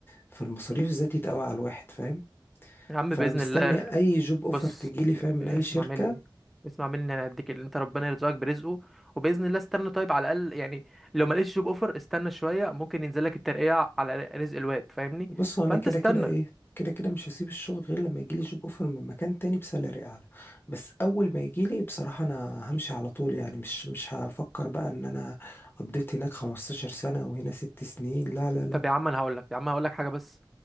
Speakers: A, on the left (about 25°); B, in the centre.
A: فالمصاريف زادت قوي على الواحد فاهم
B: يا عم
A: فانا
B: بإذن
A: مستني
B: الله
A: اي جوب اوفر
B: بص
A: تجيلي فاهم من
B: اسمع
A: اي شركه
B: مني اسمع مني انا هديك اللي انت ربنا يرزقك برزقه وبإذن الله استنى طيب على الأقل يعني لو ما لقيتش جوب اوفر استنى شوية ممكن ينزل لك الترقية على رزق الواد فاهمني
A: بص هو
B: فانت
A: انا كده
B: استنى
A: كده ايه كده كده مش هسيب الشغل غير لما يجيلي جوب اوفر من مكان تاني بسالري اعلى بس اول ما يجيلي بصراحه انا همشي على طول يعني مش مش هفكر بقى ان انا قضيت هناك 15 سنه وهنا ست سنين لا لا لا
B: طب يا عم انا هقول لك يا عم هقول لك حاجه بس